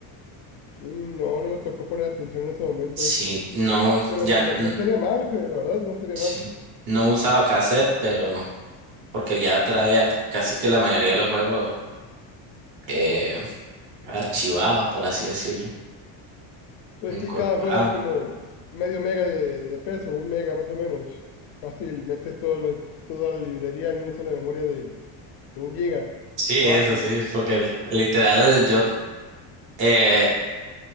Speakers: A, on the left; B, on the right.
A: y no, no me tocó poner atención en ese momento.
B: Sí, no,
A: Pero
B: ya
A: pues
B: n-
A: no, no sería mal, pues, la verdad, no sería
B: sí,
A: mal.
B: no usaba cassette, pero porque ya trae casi que la mayoría de los juegos eh, archivados, por así decirlo,
A: Pues
B: incorporados.
A: sí, cada juego era como medio mega de, de peso, un mega más o menos. Fácil, metes todo lo- toda la librería en una sola memoria de, de un giga.
B: Sí, eso
A: Fácil.
B: sí, porque literal yo eh,